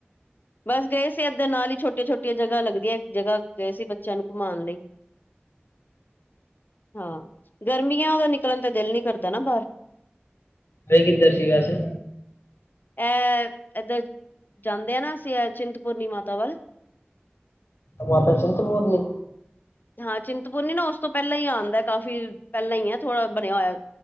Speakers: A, on the left; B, on the left.
A: ਬਸ ਗਏ ਸੀ ਇੱਧਰ ਨਾਲ ਹੀ ਛੋਟੀਆਂ ਛੋਟੀਆਂ ਜਗ੍ਹਾ ਲੱਗਦੀਆਂ ਜਗ੍ਹਾ ਗਏ ਸੀ ਬੱਚਿਆਂ ਨੂੰ ਘੁਮਾਉਣ ਲਈ। ਹਾਂ ਗਰਮੀਆਂ ਚ ਨਿਕਲਣ ਤੇ ਦਿਲ ਨੀ ਕਰਦਾ ਨਾ ਬਾਹਰ।
B: ਗਏ ਕਿੱਧਰ ਸੀ ਵੈਸੇ।
A: ਇਹ ਇਧਰ ਜਾਂਦੇ ਆ ਨਾ ਅਸੀਂ ਚਿੰਤਪੂਰਨੀ ਮਾਤਾ ਵੱਲ।
B: ਮਾਤਾ ਚਿੰਪੁਰਨੀ,
A: ਹਾਂ ਚਿੰਤਪੁਰਨੀ ਨਾ ਉਸ ਤੋਂ ਪਹਿਲਾਂ ਹੀ ਆਂਦਾ ਕਾਫ਼ੀ ਪਹਿਲਾਂ ਹੀ ਹੈ ਥੋੜਾ ਬਣਿਆ ਹੋਇਆ।